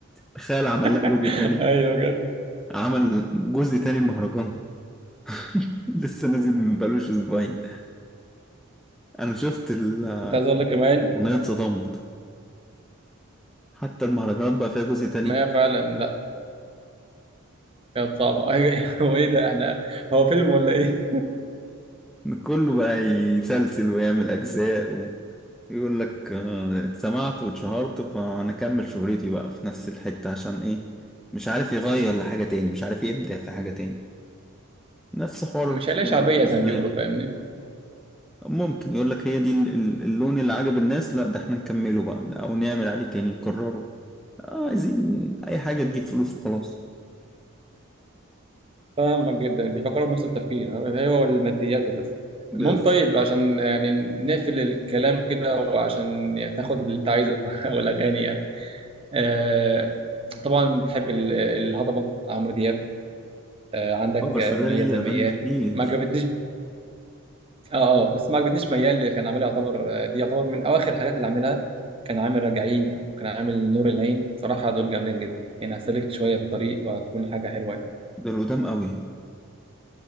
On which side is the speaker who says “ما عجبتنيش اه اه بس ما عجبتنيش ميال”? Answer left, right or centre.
Right